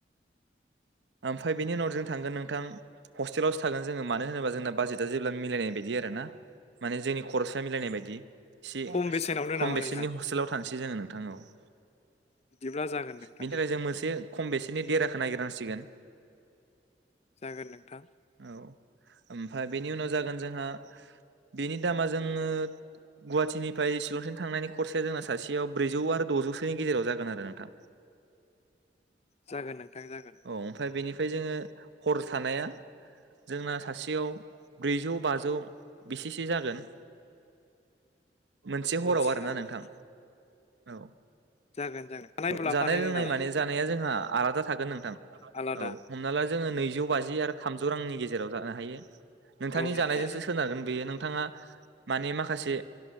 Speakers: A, on the right (about 85°); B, on the left (about 35°).
A: आमफ्राय बेनि उनाव जों थांगोन नोंथां हस्टेलावसो थागोन जोङो मानो होनोबा जोंना बाजेटआ जेब्ला मिलायनाय बायदि आरोना। माने जोंनि खरसा मिलायनाय बायदि एसे
B: खम बेसेनावनो
A: खम
B: नामा
A: बेसेननि
B: नोंथां
A: हस्टेलाव थानोसै जोङो नोंथां औ। <inaudible>
B: बिदिब्ला जागोन नोंथां
A: बेनि थाखाय जों मोनसे खम बेसेननि देराखौ नागिरनांसिगोन
B: जागोन नोंथां
A: औ आमफ्राय बेनि उनाव जागोन जोंहा बिनि दामा जोङो गुवाहाटिनिफ्राय सिलंसिम थांनायनि खरसाया जोंना सासेयाव ब्रैजौ आरो दजौ सोनि गेजेराव जागोन आरो नोंथां
B: जागोन नोंथां जागोन
A: औ आमफ्राय बेनिफ्राय जोङो हर थानाया जोंना सासेयाव ब्रैजौ बाजौ। से जागोन। मोनसे हराव
B: जागोन
A: आरोना नोंथां। औ।
B: जागोन खानाय लाफानायनि
A: जानाय लोंनाय
B: नामा
A: माने जानाया जोंहा आलादा थागोन नोंथां
B: आलादा
A: औ हमना ला जोङो नैजौ बाजि आरो थामजौ रांनि गेजेराव जानो हायो नोंथांनि
B: औ नोंथां
A: जानायजोंसो सोनारगोन। नोंथाङा माने माखासे